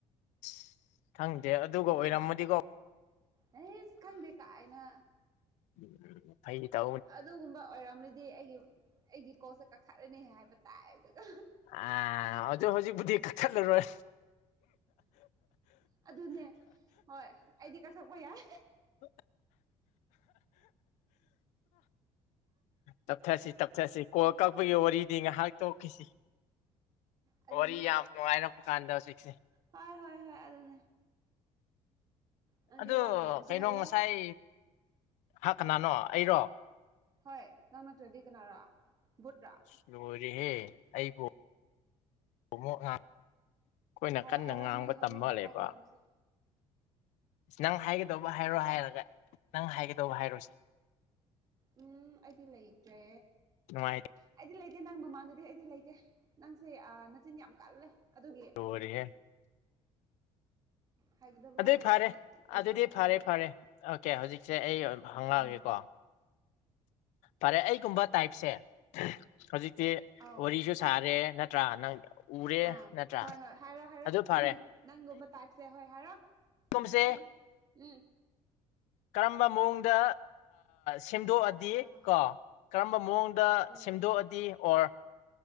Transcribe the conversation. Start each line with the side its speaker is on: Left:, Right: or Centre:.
Left: <inaudible> ꯈꯪꯗꯦ ꯑꯗꯨꯒ
Right: ꯅꯠꯇ꯭ꯔꯥ
Left: ꯑꯣꯏꯔꯝꯃꯗꯤꯀꯣ
Right: ꯑꯩꯁ ꯈꯪꯗꯦ ꯀꯥꯏꯅ
Left: ꯎꯝ ꯐꯩ ꯇ
Right: ꯑꯗꯨꯒꯨꯝꯕ ꯑꯣꯏꯔꯝꯗꯤ ꯑꯩꯒꯤ ꯑꯩꯒꯤ ꯀꯣꯁꯦ ꯀꯛꯊꯠꯔꯅꯤ ꯍꯥꯏꯕ ꯇꯥꯏ ꯑꯗꯨꯒ
Left: ꯑ ꯍꯧꯖꯤꯛ ꯍꯧꯖꯤꯛꯕꯨꯗꯤ ꯀꯛ ꯈꯠꯂꯔꯣꯏ
Right: ꯑꯗꯨꯅꯦ ꯍꯣꯏ ꯑꯩꯗꯤ ꯀ ꯁꯛꯄ ꯌꯥꯏ
Left: <inaudible> ꯇꯞꯊꯁꯤ ꯇꯞꯊꯁꯤ ꯀꯣꯜ ꯀꯛꯄꯒꯤ ꯋꯥꯔꯤꯗꯤ ꯉꯥꯏꯍꯥꯛ ꯇꯣꯛꯈꯤꯁꯤ
Right: ꯑꯗꯨꯅꯦ
Left: ꯋꯥꯔꯤ ꯌꯥꯝ ꯅꯨꯡꯉꯥꯏꯅ ꯄꯨꯀꯥꯟꯗ ꯍꯧꯖꯤꯛꯁꯦ
Right: ꯍꯣꯏ ꯍꯣꯏ ꯍꯣꯏ ꯑꯗꯨꯅꯦ ꯅꯪꯗꯤ
Left: ꯑꯗꯨ
Right: ꯋꯥ ꯉꯥꯡꯕꯁꯨ
Left: ꯀꯩꯅꯣ
Right: ꯍꯩꯌꯦ
Left: ꯉꯁꯥꯏ ꯍꯥ ꯀꯅꯥꯅꯣ ꯑꯩꯔꯣ
Right: ꯍꯣꯏ ꯅꯪ ꯅꯠꯇ꯭ꯔꯗꯤ ꯀꯅꯥꯔꯥ ꯕꯨꯠꯔꯥ
Left: ꯁꯔꯤꯍꯦ ꯑꯩꯕꯨꯣꯃ ꯑꯩꯈꯣꯏꯅ
Right: ꯍꯥꯏꯔꯣ
Left: ꯀꯟꯅ
Right: ꯍꯥꯏꯔꯣ
Left: ꯉꯥꯡꯕ
Right: ꯅꯪ ꯍꯧꯖꯤꯛ
Left: ꯇꯝꯕꯂꯕ
Right: ꯍꯥꯏꯒꯗꯕꯁꯦ
Left: ꯅꯪ ꯍꯥꯏꯒꯗꯧꯕ ꯍꯥꯏꯔꯣ ꯍꯥꯏꯔꯒ ꯅꯪ ꯍꯥꯏꯒꯗꯧꯕ ꯍꯥꯏꯔꯣꯁꯤꯦ
Right: ꯎꯝ ꯑꯩꯗꯤ ꯂꯩꯇ꯭ꯔꯦ
Left: ꯅꯨꯡꯉꯥꯏ
Right: ꯑꯩꯗꯤ ꯂꯩꯇꯦ ꯅꯪ ꯃꯃꯥꯡꯗꯗꯤ ꯑꯩꯗꯤ ꯂꯩꯇꯦ ꯅꯪꯁꯦ ꯅꯅꯥꯆꯤꯟ ꯌꯥꯝ ꯀꯜꯂꯦ ꯑꯗꯨꯒꯤ
Left: ꯑꯣꯏꯦ
Right: ꯍꯥꯏꯒꯗꯕ
Left: ꯑꯗꯨꯏ ꯐꯔꯦ
Right: ꯍꯩ ꯂꯩꯇ꯭ꯔꯦ
Left: ꯑꯗꯨꯗꯤ
Right: ꯍꯥꯏꯈꯤꯗꯤ
Left: ꯐꯔꯦ
Right: ꯎꯝ
Left: ꯐꯔꯦ ꯑꯣꯀꯦ ꯍꯧꯖꯤꯛꯁꯦ ꯑꯩ ꯍꯪꯉꯛꯑꯒꯦꯀꯣ
Right: ꯎꯝ <inaudible>
Left: ꯐꯔꯦ ꯑꯩꯒꯨꯝꯕ ꯇꯥꯏꯞꯁꯦ ꯍꯧꯖꯤꯛꯇꯤ
Right: ꯑꯥꯎ
Left: ꯋꯥꯔꯤꯁꯨ ꯁꯥꯔꯦ ꯅꯠꯇ꯭ꯔꯥ ꯅꯪ ꯎꯔꯦ
Right: ꯑꯥ
Left: ꯅꯠꯇ꯭ꯔꯥ
Right: ꯍꯣꯏ ꯍꯣꯏ ꯍꯥꯏꯔꯣ ꯍꯥꯏꯔꯣ
Left: ꯑꯗꯨ ꯐꯔꯦ
Right: ꯅꯪꯒꯤ ꯅꯪꯒꯨꯝꯕ ꯇꯥꯏꯞꯁꯦ ꯍꯣꯏ ꯍꯥꯏꯔꯣ
Left: ꯑꯩꯒꯨꯝꯕꯁꯦ
Right: ꯁꯤ ꯎꯝ
Left: ꯀꯔꯝꯕ ꯃꯑꯣꯡꯗ ꯁꯦꯝꯗꯣꯛꯑꯗꯤ
Right: ꯑꯥ
Left: ꯀꯣ ꯀꯔꯝꯕ ꯃꯑꯣꯡꯗ
Right: ꯎꯝ
Left: ꯁꯦꯝꯗꯣꯛꯑꯗꯤ ꯑꯣꯔ